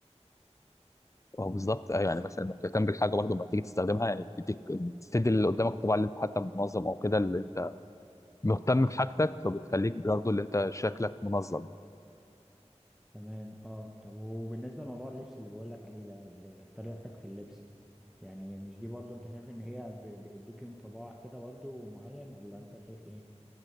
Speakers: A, on the left; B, in the centre.
A: اه بالظبط ايوه يعني مثلا انك تهتم بالحاجه برضه لما تيجي تستخدمها يعني بتديك بتدي اللي قدامك الطباع اللي انت حتى منظم او كده اللي انت مهتم بحاجتك فبتخليك برضه اللي انت شكلك منظم
B: تمام اه طب وبالنسبة لموضوع اللبس اللي بقولك عليه ده اللي- طريقتك في اللبس يعني مش دي برضو انت شايف ان هي ب- بتديك انطباع كده برضو معين ولا انت شايف ايه؟